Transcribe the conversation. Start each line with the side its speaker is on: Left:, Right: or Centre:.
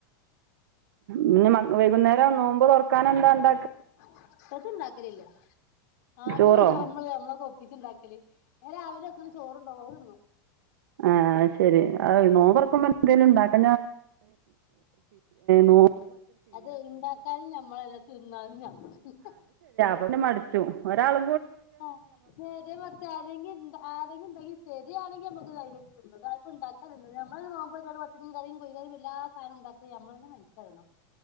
Right: പിന്നെ മഗ് വൈകുന്നേരം നോമ്പ് തുറക്കാന എന്താണ്ട
Left: <unintelligible> ഇണ്ടാക്കലില്ല ആണുങ്ങൾ
Right: ചോറോ
Left: <unintelligible> വിജുണ്ടാക്കല് രാവിലൊക്കെണേ ചോറുണ്ടുവാ അതിന്നും
Right: ആഹ് ശരി അ നോമ്പറക്കുമ്പോ ത്തിനും ഉണ്ടാക്ക നോ
Left: അത് ഇണ്ടാക്കാനും ഞമ്മളെഞ്ഞെ തിന്നാലും ഞമ്മളെന്നെ
Right: പിന്നേ മടിച്ചു ഒരാള്
Left: ആഹ് നേരെ മറിച് ആരെങ്കിണ്ട ആരെങ്കി ണ്ടെങ്കിൽ സരിയ ക്കി നമക് ധൈര്യായിട് തിന്ന താ ഇപ്പോ ഉണ്ടാക്ക തിന്നത് നമ്മെ നോമ്പെടുത് കുറച് മീൻ കറിം കോയ് കറിം എല്ലാ സാധനോം ഉണ്ടാക്കി നമ്മെന്നെ മെൻകെടണം